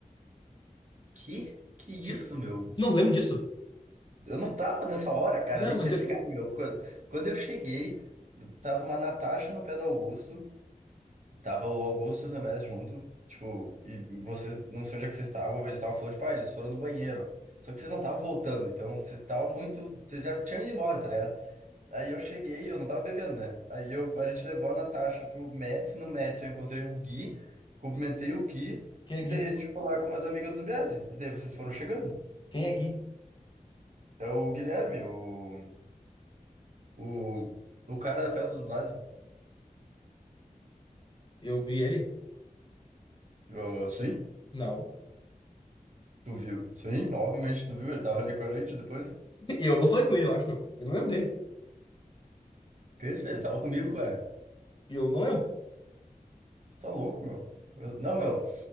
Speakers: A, on the right (about 55°); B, on the left (about 30°).
A: Que? Que isso,
B: Tipo,
A: meu?
B: não lembro disso.
A: Eu não tava nessa hora, cara,
B: Não,
A: nem
B: mas
A: tinha
B: depois.
A: chegado, meu. Quando quando eu cheguei, tava uma Natasha no pé do Augusto. Tava o Augusto e o Zamés junto, tipo, e vocês, não sei onde é que vocês estavam, eles estavam falando, tipo, ah, eles foram no banheiro. Só que vocês não estavam voltando, então vocês estavam muito. Vocês já tinham ido embora, tá ligado? Aí eu cheguei, eu não tava bebendo, né? Aí eu, a gente levou a Natasha pro Mets, no Mets eu encontrei o Gui, cumprimentei o Gui,
B: Quem
A: e
B: é Gui?
A: daí a gente ficou lá com umas amigas do Zambiase. E daí vocês foram chegando.
B: Quem é Gui?
A: É o Guilherme, o, o, o cara da festa do Blasio.
B: Eu vi ele?
A: Eu, sim,
B: Não.
A: tu viu? Sim, obviamente tu viu, ele tava ali com a gente depois.
B: E eu não falei com ele, eu acho, meu. Eu não lembro dele.
A: Cris, velho, tava comigo, cara.
B: E eu não lembro.
A: Você tá louco, meu. Eu- Não, meu.